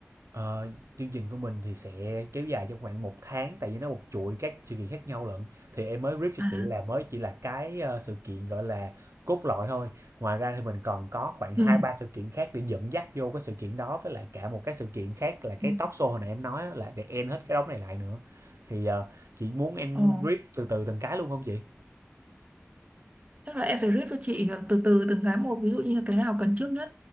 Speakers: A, on the right; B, on the right.
A: Ờ, chương trình của mình thì sẽ kéo dài trong khoảng một tháng tại vì nó một chuỗi các sự kiện khác nhau lận. Thì em mới brief cho
B: à,
A: chị là mới chỉ là cái ờ, sự kiện gọi là cốt lõi thôi. Ngoài ra thì mình còn có khoảng 2
B: ừ.
A: 3 sự kiện khác để dẫn dắt vô cái sự kiện đó với lại cả một cái sự kiện khác là cái
B: Ừ.
A: talk show hồi nãy em nói á, là để end hết cái đống này lại nữa. Thì ờ, chị muốn em
B: Ồ
A: brief từ từ từng cái luôn không chị?
B: Chắc là em phải rip cho chị ờ, từ từ từng cái một ví dụ như cái nào cần trước nhất